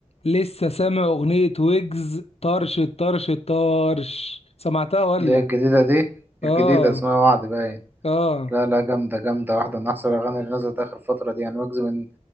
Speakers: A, on the left; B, on the right.
A: لسه سامع أغنية ويجز طرش طرش طرش سمعتها ولا؟
B: اللي هي الجديدة دي
A: آه
B: الجديدة اسمها وعد باين
A: آه
B: لا لا جامدة جامدة واحدة من أحسن الأغاني اللي نزلت آخر فترة دي يعني ويجز من